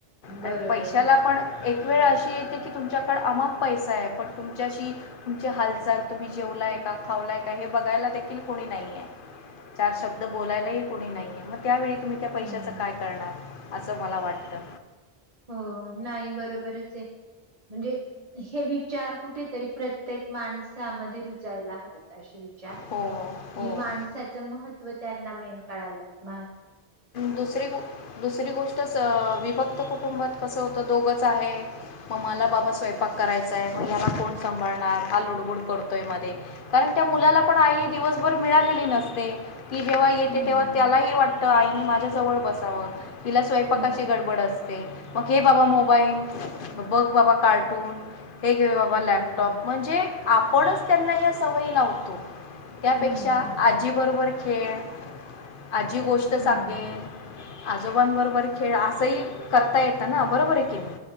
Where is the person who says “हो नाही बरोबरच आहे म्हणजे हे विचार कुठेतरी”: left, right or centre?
Right